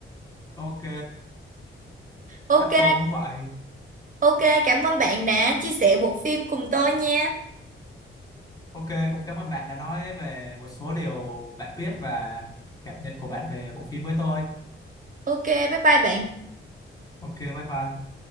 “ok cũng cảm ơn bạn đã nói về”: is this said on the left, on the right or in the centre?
Left